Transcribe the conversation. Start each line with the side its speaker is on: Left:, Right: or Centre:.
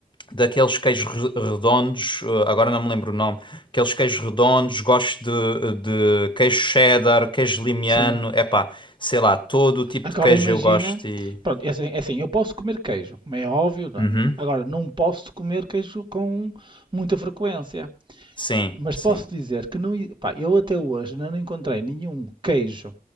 Left: daqueles queijos re- redondos, eh, agora não me lembro o nome, aqueles queijos redondos, gosto de, de queijo cheddar, queijo limiano,
Right: Sim.
Left: epá, sei lá, todo o tipo
Right: Agora
Left: de queijo
Right: imagina,
Left: eu gosto e...
Right: pronto, é assim, é assim, eu posso comer queijo, como é óbvio, não-
Left: Uhum,
Right: é? não- agora não posso comer queijo com muita frequência,
Left: sim,
Right: mas
Left: sim.
Right: posso dizer que não, i- pá, eu até hoje ainda não encontrei nenhum queijo